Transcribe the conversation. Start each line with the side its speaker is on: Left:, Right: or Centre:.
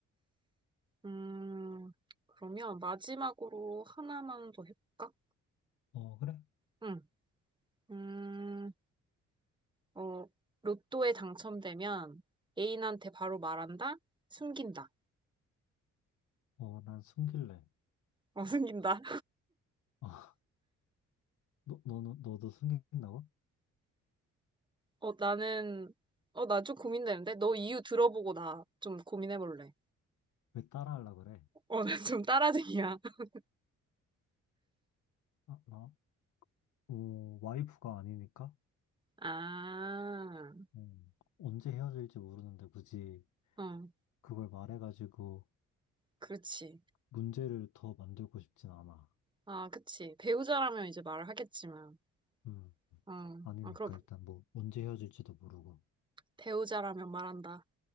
Right: 음, 그러면 마지막으로 하나만 더 해볼까?
Left: 어, 그래?
Right: 응. 음, 어, 로또에 당첨되면 애인한테 바로 말한다? 숨긴다.
Left: 어, 난 숨길래.
Right: 어, <laughs> 숨긴다.
Left: 아, 너, 너는, 너도 숨긴다고?
Right: 어, 나는, 어, 나 좀 고민되는데? 너 이유 들어보고 나 좀 고민해볼래.
Left: 왜 따라하려고 그래?
Right: 어, 나 좀 따라쟁이야. <laughs>
Left: 아, 나, 어, 와이프가 아니니까?
Right: 아,
Left: 음, 언제 헤어질지 모르는데 굳이
Right: 어,
Left: 그걸 말해가지고
Right: 그렇지.
Left: 문제를 더 만들고 싶진 않아.
Right: 아, 그치. 배우자라면 이제 말을 하겠지만.
Left: 음,
Right: 어,
Left: 아니니까
Right: 아, 그럼
Left: 일단 뭐, 언제 헤어질지도 모르고.
Right: 배우자라면 말한다.